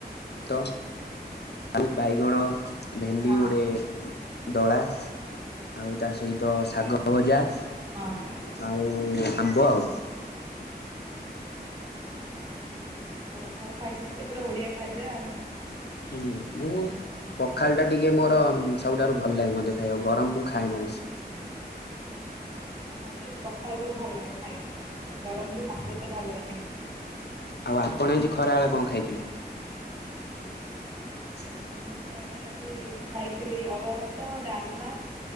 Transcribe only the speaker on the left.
ତ। ଆଉ ବାଇଗଣ ଭେଣ୍ଡି
ଗୋଟେ ଦଳା, ଆଉ ତା ସହିତ ଶାଗ ଭଜା।
ଆଉ ଆମ୍ବ ଆଉ।
ହୁଁ ମୁଁ ପଖାଳ ଟା ଟିକେ ମୋର ସବୁଠାରୁ ଭଲ ଲାଗେ ମତେ ଖାଇବାକୁ। ଗରମ ମୁଁ ଖାଏନା ବେଶୀ।
ଆଉ ଆପଣ ଆଜି ଖରାବେେଳେ କଣ ଖାଇଥିଲେ? ହୁଁ। <unintelligible>